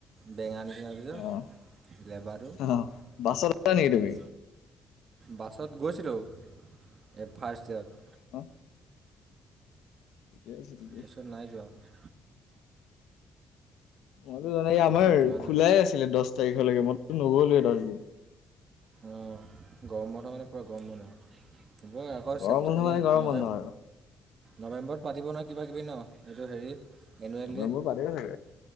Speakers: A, on the right; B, on the left.
A: বেঙা নিচিনা এটো যে
B: অ',
A: লেবাটো উম',
B: অ', বাছত আছা নেকি তুমি?
A: বাছত গৈছিলোঁ, এই ফাৰ্ষ্ট ইয়েৰত',
B: হুম', ঠিকে আছিলি?
A: তাৰছত নাই যোৱা',
B: মইতো জানাই, আমাৰ
A: তাৰপিছত যোৱা
B: খোলাই
A: নাই
B: আছিলে দশ তাৰিখলৈকে মইতো নগলোয়ে দশ দিন',
A: অ' গৰম বন্ধ মানে পুৰা গৰম বন্ধ', জুলাই আগষ্ট
B: গৰম
A: ছেপ্ট
B: বন্ধ মানে গৰম
A: নৱেম',
B: বন্ধ আৰু
A: নৱেম্বৰত পাতিব নহয় কিবা কিবি ন এইটো হেৰি', এনুৱেল
B: অ', মই,
A: ডে
B: মোৰ বাদে দে,